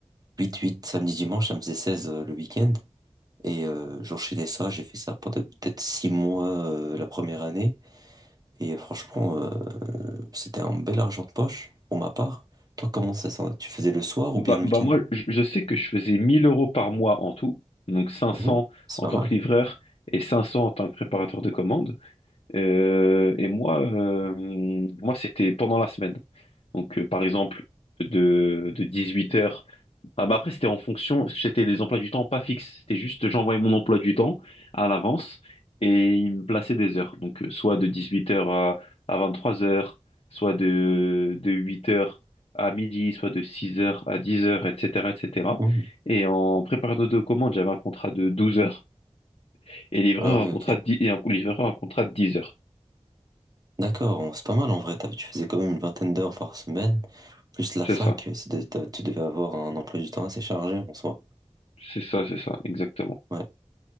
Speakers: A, on the right (about 35°); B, on the left (about 60°).
A: huit huit samedi, dimanche, ça me faisait 16 euh, le week-end. Et euh, j'enchaînais ça, j'ai fait ça pendant peut-être 6 mois euh, la première année. Et franchement, euh, c'était un bel argent de poche pour ma part. Toi, comment ça, ça- tu faisais le soir
B: Bah,
A: ou bien le
B: bah
A: week-end?
B: moi, je, je sais que je faisais 1000 euros par mois en tout, donc 500
A: Mhm. C'est
B: en
A: pas
B: tant
A: mal.
B: que livreur et 500 en tant que préparateur de commandes. Euh, et moi, euh, moi c'était pendant la semaine. Donc, euh, par exemple, de, de 18 heures. Ah, bah après, c'était en fonction, c'était les emplois du temps pas fixes. C'était juste, j'envoyais mon emploi du temps à l'avance et il me plaçait des heures. Donc, euh, soit de 18 heures à, à 23 heures, soit de, de 8 heures à midi, soit de 6 heures à 10 heures, etc., etc. Et cetera.
A: Mhm.
B: Et en préparateur de commande, j'avais un contrat de 12 heures et livreur
A: Ah oui,
B: un contrat
A: ok.
B: de 10, et un livreur un contrat de 10 heures.
A: D'accord, on- c'est pas mal en vrai. T'avais- Tu faisais quand même une vingtaine d'heures par semaine. Plus la
B: C'est
A: fac,
B: ça.
A: c'est de- t'avais- tu devais avoir un emploi du temps assez chargé en soi.
B: C'est ça, c'est ça, exactement.
A: Ouais.